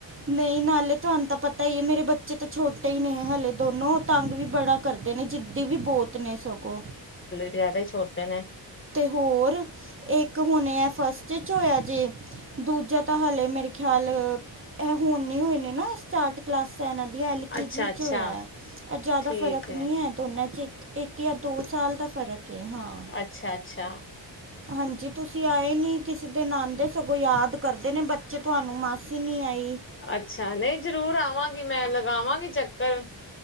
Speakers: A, on the right; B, on the left.
A: ਨਹੀ ਨਾਲੇ ਤੁਹਾਨੂੰ ਤਾਂ ਪਤਾ ਹੀ ਐ, ਮੇਰੇ ਬੱਚੇ ਤਾਂ ਛੋਟੇ ਹੀ ਨੇ ਹਲੇ ਦੋਨੋ, ਤੰਗ ਵੀ ਬੜਾ- ਕਰਦੇ ਨੇ, ਜਿਦੀ ਵੀ ਬਹੁਤ ਨੇ ਸਗੋ।
B: ਜਿਆਦਾ ਹੀ ਛੋਟੇ ਨੇ।
A: ਤੇ ਹੋਰ, ਇਕ ਹੁਣੇ ਏ ਫਸਟ 'ਚ ਹੋਇਆ ਜੇ- ਦੂਜਾ ਤਾਂ ਹਲੇ ਮੇਰੇ ਖਿਆਲ, ਇਹ ਹੁਣ ਹੀ ਹੋਏ ਨੇ ਨਾ ਸਟਾਰਟ ਕਲਾਸ ਏਨਾਂ ਦ ਏ ਐਲ ਕੇ
B: ਅੱਛਾ,
A: ਜੀ
B: ਅੱਛਾ
A: 'ਚ ਹੋਇਆ, ਇਹ ਜਿਆਦਾ
B: ਠੀਕ
A: ਫ਼ਰਕ
B: ਹੈ,
A: ਨਹੀ ਐ। ਦੋਨਾ 'ਚ ਇਕ, ਇਕ ਜਾਂ ਦੋ ਸਾਲ ਦਾ ਫ਼ਰਕ ਏ, ਹਾਂ।
B: ਅੱਛਾ, ਅੱਛਾ
A: ਹਾਂਜੀ, ਤੁਸੀ ਆਏ ਨੀ, ਕਿਸੇ ਦਿਨ ਆਂਦੇ, ਸਗੋ ਯਾਦ ਕਰਦੇ ਨੇ ਬੱਚੇ ਤੁਹਾਨੂੰ ਮਾਸੀ ਨਹੀ ਆਈ।
B: ਅੱਛਾ, ਨਹੀ ਜਰੂਰ ਆਵਾਂਗੀ, ਮੈ ਲਗਾਵਾਂਗੀ ਚੱਕਰ।